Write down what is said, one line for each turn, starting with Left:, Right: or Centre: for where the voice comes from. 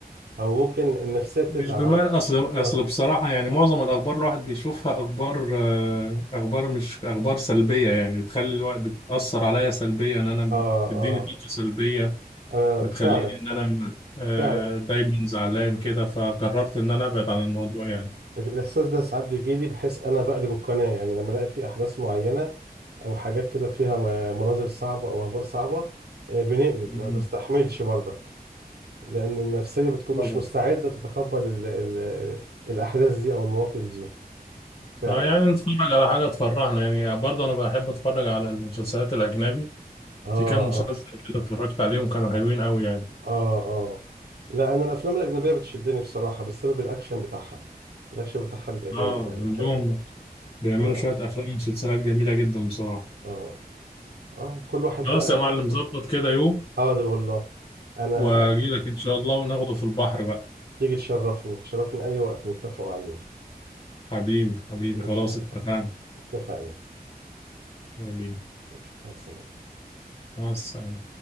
Right: او ممكن النفسيه بتتعب
Left: مش بمعنى
Right: على
Left: أصل
Right: اه
Left: أصل بصراحة يعني معظم الأخبار الواحد بيشوفها أخبار آه، أخبار مش أخبار سلبية يعني بتخلي الواحد بتأثر عليا سلبيا إن أنا
Right: اه
Left: بتديني
Right: اه
Left: طاقة سلبية
Right: انا
Left: بتخليني
Right: فعلا
Left: إن أنا آه،
Right: فعلا
Left: دايما زعلان كده فقررت إن أنا أبعد عن الموضوع يعني
Right: الاحساس ده ساعات بيجيلي بحس انا بقلب القناه يعني لما الاقي في احداث معينه او حاجات كده فيها م- مناظر صعبه او اخبار صعبه آه، بنقلب
Left: مم.
Right: ما بستحملش برضك لان النفسيه بتكون
Left: طبعا
Right: مش مستعده تتقبل ال ال الاحداث دي او المواقف دي فعلا
Left: اه يعني نتفرج على حاجة تفرحنا يعني برضه أنا بحب أتفرج على المسلسلات الأجنبي
Right: اه
Left: في كام مسلسل
Right: اه
Left: كده اتفرجت عليهم كانوا حلوين أوي يعني
Right: اه اه لا انا الافلام الاجنبيه بتشدني بصراحه بسبب الاكشن بتاعها الاكشن بتاعها بيبقى جامد
Left: اه
Right: يعني
Left: عندهم
Right: حلو
Left: بيعملوا
Right: اه
Left: شوية أفلام ومسلسلات جميلة جدا بصراحة
Right: اه اه كل واحد
Left: خلاص
Right: بقى
Left: يا معلم ظبط كده يوم
Right: حاضر والله انا
Left: وأجيلك إن شاء الله وناخده في البحر بقى
Right: تيجي تشرفني تشرفني اي وقت نتفقوا عليه
Left: حبيبي حبيبي
Right: ماشي
Left: خلاص اتفقنا
Right: اتفقنا
Left: حبيبي
Right: ماشي مع السلامة.
Left: مع السلامة